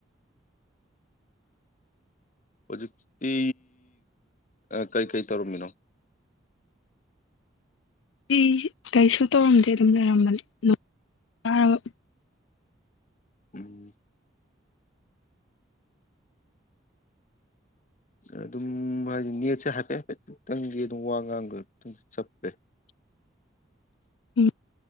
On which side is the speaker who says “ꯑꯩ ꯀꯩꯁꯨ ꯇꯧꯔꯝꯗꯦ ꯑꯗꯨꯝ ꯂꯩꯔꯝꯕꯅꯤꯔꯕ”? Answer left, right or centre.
Left